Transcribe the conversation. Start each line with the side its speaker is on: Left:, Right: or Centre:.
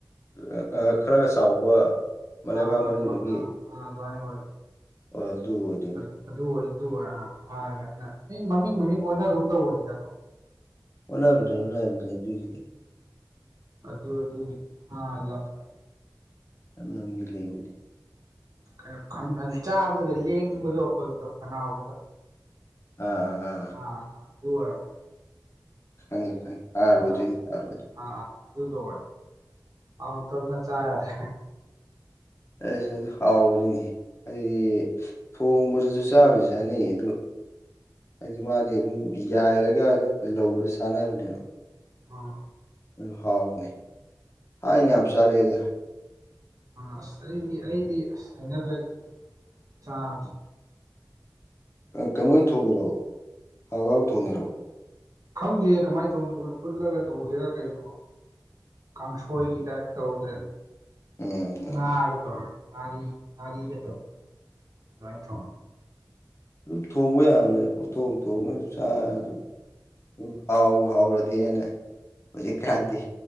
Left: ꯑ ꯑꯥ ꯈꯔꯒ ꯆꯥꯎꯕ ꯃꯂꯩꯕꯥꯛ
Right: ꯑꯥ ꯑ
Left: ꯃꯅꯨꯡꯗꯒꯤ
Right: ꯑꯗꯨ ꯑ ꯑ ꯗꯨꯃꯥꯏ ꯑꯣꯏꯕꯅꯦ
Left: ꯑꯣ ꯑꯗꯨ ꯑꯣꯏꯗꯣꯏ
Right: ꯑꯗ ꯑꯗꯨ ꯑꯣꯏ ꯗꯨ ꯑꯣꯏ ꯑ ꯍꯥꯔ ꯒꯥꯏꯅ ꯃꯤ ꯃꯃꯤꯡ ꯃꯃꯤꯡ ꯑꯣꯟꯅꯒꯨꯝ ꯇꯧꯕꯅꯤꯗꯀꯣ
Left: ꯑꯣꯟꯅꯕꯅꯦ ꯑꯣꯟꯅꯕꯅꯦ ꯗꯨꯒꯤꯗꯤ
Right: ꯑꯗꯨ ꯑꯗꯨꯒꯤ ꯑꯥ ꯂꯝ ꯂꯝ
Left: ꯑꯅꯝꯒꯤ ꯂꯩꯕꯅꯤ
Right: ꯈꯔ ꯈꯟꯕꯟ ꯆꯥꯕꯗꯒ ꯂꯦꯡꯕꯒ ꯑꯣꯏꯕꯗꯣ ꯈꯅꯥꯎꯗꯒ
Left: ꯑꯥꯑ
Right: ꯑꯥꯑ ꯗꯨ ꯑꯣꯏꯔꯝꯒ
Left: ꯈꯪꯉꯤ ꯈꯪꯉꯤ ꯑꯥꯔ
Right: ꯑꯥ
Left: ꯑꯣꯏꯗꯣꯏꯅꯤ ꯑꯥꯔ ꯑꯣꯏꯗꯣꯏ
Right: ꯑꯥ ꯑꯥ ꯑꯗꯨꯗꯣ ꯑꯣꯏ ꯑꯃꯨꯛꯇꯪꯒ ꯆꯥ ꯌꯥꯗꯦ
Left: ꯑꯦꯁ ꯑꯗꯨ ꯍꯥꯎꯕꯅꯤꯍꯦ ꯍꯥꯏꯗꯤ ꯊꯣꯡꯕꯗꯁꯨ ꯆꯥꯕꯕꯨꯗꯤ ꯆꯥꯅꯩ ꯑꯗꯨ ꯍꯥꯏꯗꯤ ꯃꯥꯗꯤ ꯑꯗꯨꯝ ꯌꯥꯏꯔꯒ ꯅꯠꯇꯔ꯭ ꯂꯧꯔꯒ ꯆꯥꯅꯕꯅꯦꯕ
Right: ꯑ
Left: ꯑꯗꯨ ꯍꯥꯎꯕꯅꯦ ꯊꯥꯏꯅ ꯌꯥꯝ ꯆꯥꯔꯛꯑꯦꯗꯥ
Right: ꯑ ꯑꯁ ꯑꯩꯗꯤ ꯑꯩꯗꯤ ꯑꯁ ꯍꯩꯅꯗ꯭ꯔꯦ ꯑꯗꯨꯗꯣ ꯆꯥꯕꯗꯣ
Left: ꯑ ꯀꯩꯅꯣ ꯑꯣꯏꯅ ꯊꯣꯡꯉꯤꯔꯣ ꯊꯥꯎ ꯌꯥꯎꯔ ꯊꯣꯡꯉꯤꯔꯣ
Right: ꯈꯪꯗꯦ ꯀꯃꯥꯏꯅ ꯊꯣꯡ ꯐꯨꯠꯂꯒ ꯊꯧꯉꯤꯔꯥ ꯀꯩꯅꯣ ꯀꯥꯡꯁꯣꯏꯒꯤ ꯇꯥꯏꯞ ꯇꯧꯔ ꯂꯩꯔꯝ
Left: ꯎꯝ
Right: ꯉꯥꯒ ꯇꯧꯔꯒ ꯉꯔꯤ ꯉꯔꯤꯒ ꯇꯧꯔ ꯑꯗꯨꯃꯥꯏꯟ ꯊ‌ꯣꯡꯉꯝ
Left: ꯑꯗꯨꯝ ꯊꯣꯡꯕ ꯌꯥꯕꯅꯤꯗ ꯄꯪꯊꯣꯡ ꯊꯣꯡꯉꯁꯨ ꯆꯥ ꯑꯗꯨꯝ ꯎꯝ ꯍꯥꯎꯕꯨ ꯍꯥꯎꯔꯗꯤꯅ ꯍꯧꯖꯤꯛꯀꯥꯟꯗꯤ